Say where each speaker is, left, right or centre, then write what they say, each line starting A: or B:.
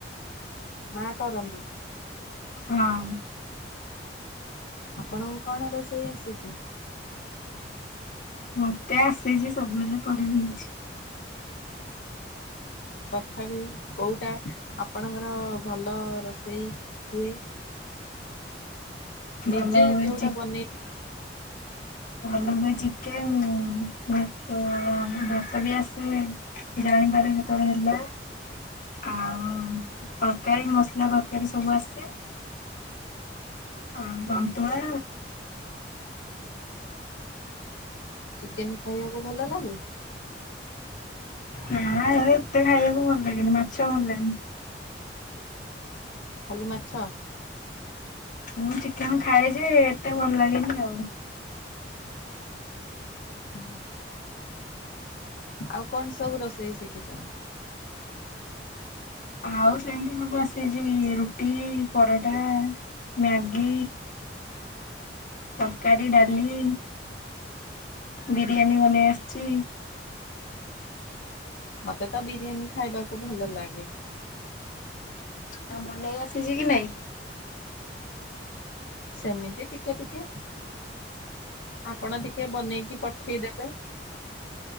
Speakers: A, on the left; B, on the left.
A: ମା କରନ୍ତି।
B: ହଁ
A: ଆପଣଙ୍କୁ କଣ ରୋଷେଇ ଆସିଛି?
B: ମତେ ଆସିଛି ସବୁ ହେଲେ କରିନି କିଛି।
A: ତଥାପି କୋଉଁଟା ଆପଣଙ୍କର ଭଲ ରୋଷେଇ ହୁଏ
B: ଭଲ
A: ନିଜେ
B: ହୁଏ
A: ଯୋଉଟା
B: ଚି
A: ବନେଇ
B: ଭଲ ବି ଚିକେନ୍ ଭାତ ବି ଆସେ ଜାଣିପରେ କେତେବେଳେ ହେଲା। ଆଉ ତରକାରୀ ମସଲା ତରକାରୀ ସବୁ ଆସେ ହଁ ଦନ୍ତୁଆ
A: ଚିକେନ ଖାଇବାକୁ ଭଲ ଲାଗେ
B: ନା ଏତେ ଖାଇବାକୁ ଭଲ ଲାଗେନି ମାଛ ଭଲ ଲାଗେନି
A: ଖାଲି ମାଛ
B: ମୁଁ ଚିକେନ ଖାଏ ଯେ ଏତେ ଭଲ ଲାଗେନି ଆଉ
A: ହୁଁ ଆଉ କଣ ସବୁ ରୋଷେଇ ଶିଖିଛନ୍ତି?
B: ଆଉ ସେମିତି ମୁକୁ ଆସିଛି ରୁଟି ପରଟା ମ୍ୟାଗି ତରକାରୀ ଡାଲି ବିରିୟାନୀ ବନେଇ ଆସିଛି।
A: ମତେ ତ ବିରିୟାନୀ ଖାଇବାକୁ ଭଲ ଲାଗେ।
B: ଆ ବନେଇ ଆସିଛି କି ନାଇଁ?
A: ସେମିତି ଟିକେ ଟିକେ ଆପଣ ଟିକେ ବନେଇକି ପଠେଇଦେବେ